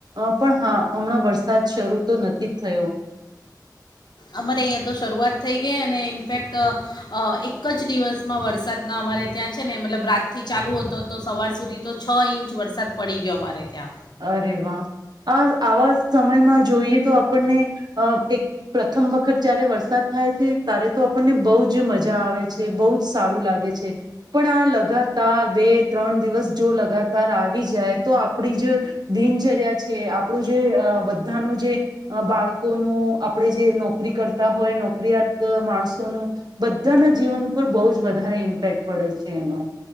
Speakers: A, on the right; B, on the left.
A: અ પણ હા હમણાં વરસાદ શરૂ તો નથી જ થયો.
B: અમારે અહીંયા તો શરૂઆત થઈ ગઈ અને ઇનફેક્ટ અ એક જ દિવસમાં વરસાદના અમારે ત્યાં છે ને, મતલબ રાતથી ચાલુ હતો તો, સવાર સુધી. તો છ ઇંચ વરસાદ પડી ગયો, મારે ત્યાં.
A: અરે વાહ, આ આવા સમયમાં જોઈએ તો, આપણને એક પ્રથમ વખત જયારે વરસાદ થાય છે, ત્યારે તો આપણને બહુ જ મજા આવે છે. બહુ જ સારું લાગે છે. પણ આ લગાતાર બે-ત્રણ દિવસ જો લગાતાર આવી જાય, તો આપડી જ દિનચર્યા છે, આપણું જે બધાનું જે અ બાળકોનું આપણે જે નોકરી કરતા હોય, નોકરીયાત માણસોનું બધાના જીવન ઉપર બહુ જ વધારે ઇમ્પેક્ટ પડે છે એનો.